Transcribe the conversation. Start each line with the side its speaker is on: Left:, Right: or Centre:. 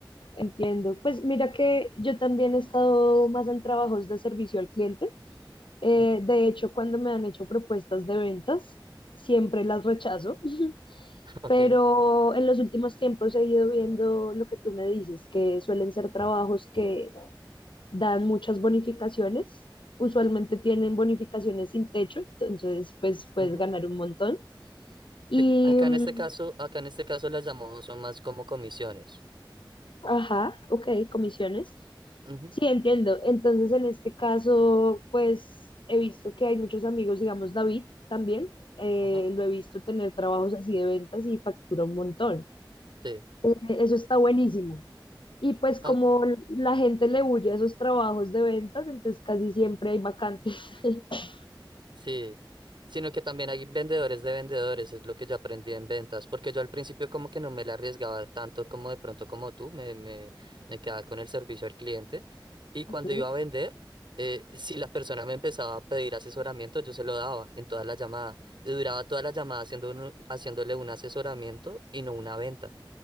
Left: Entiendo. Pues mira que yo también he estado más en trabajos de servicio al cliente. Eh,
Right: Ujú.
Left: de hecho, cuando me han hecho propuestas de ventas, siempre las rechazo. <laughs>
Right: <laughs> Ok.
Left: Pero en los últimos tiempos he ido viendo lo que tú me dices, que suelen ser trabajos que dan muchas bonificaciones. Usualmente tienen bonificaciones sin techo, entonces pues puedes
Right: ujú,
Left: ganar un montón.
Right: Sí.
Left: Y
Right: Acá
Left: mm,
Right: en este caso, acá en este caso las llamamos son más como comisiones.
Left: Ajá, ok, comisiones.
Right: Ujú,
Left: Sí, entiendo. Entonces, en este caso, pues he visto que hay muchos amigos, digamos, David también, eh,
Right: Ajá.
Left: lo he visto tener trabajos así de ventas y factura un montón.
Right: Sí.
Left: Eh, Eso está buenísimo. Y pues
Right: Ok.
Left: como l- la gente le huye a esos trabajos de ventas, entonces casi siempre hay vacantes. <laughs>
Right: Sí, sino que también hay vendedores de vendedores, es lo que yo aprendí en ventas, porque yo al principio como que no me la arriesgaba tanto como de pronto como tú, me, me, me quedaba con el servicio al cliente y cuando
Left: Ujú,
Right: iba a vender, eh, si la persona me empezaba a pedir asesoramiento, yo se lo daba en toda la llamada y duraba toda la llamada haciendo un- haciéndole un asesoramiento y no una venta.